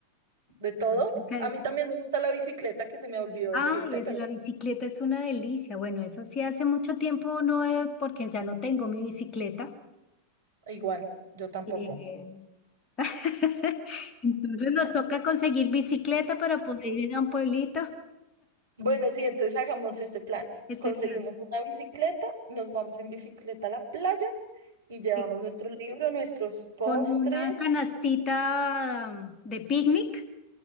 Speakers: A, on the right; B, on the left.
A: de todo.
B: Bueno, creo que-
A: A mí también me gusta la bicicleta, que se me olvidó
B: Ay,
A: decirte,
B: es,
A: pero
B: la bicicleta es una delicia. Bueno, eso sí hace mucho tiempo no, he- porque ya no tengo mi bicicleta.
A: Igual, yo tampoco.
B: Eh, <laughs> Entonces nos toca conseguir bicicleta para poder ir a un pueblito.
A: Bueno, sí, entonces hagamos este plan.
B: Ese
A: Conseguimos
B: plan,
A: una bicicleta, nos vamos en bicicleta a la playa y llevamos
B: sí.
A: nuestro libro, nuestros postres.
B: Con una canastita mm, de picnic.